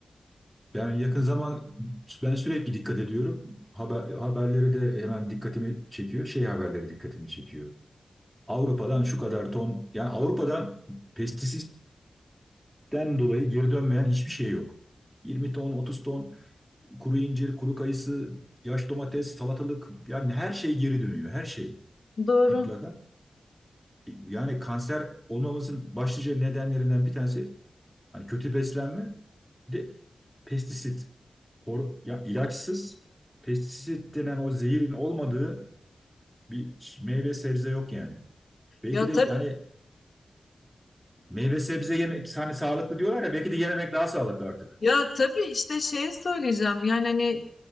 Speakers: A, in the centre; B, on the left.
A: Ben yakın zaman ben sürekli dikkat ediyorum. Haber, haberleri de hemen dikkatimi çekiyor. Şey haberleri dikkatimi çekiyor. Avrupa'dan şu kadar ton yani Avrupa'dan pestisitten dolayı geri dönmeyen hiçbir şey yok. 20 ton, 30 ton kuru incir, kuru kayısı, yaş domates, salatalık yani her şey geri dönüyor. Her şey
B: Doğru.
A: mutlaka. Yani kanser olmamızın başlıca nedenlerinden bir tanesi hani kötü beslenme, bir de pestisit. hor- ya ilaçsız pestisit denen o zehirin olmadığı bir meyve sebze yok yani. Belki
B: Ya
A: de
B: tab
A: yani meyve sebze yemek hani sağlıklı diyorlar ya belki de yememek daha sağlıklı artık.
B: ya tabii işte şeye söyleyeceğim. Yani hani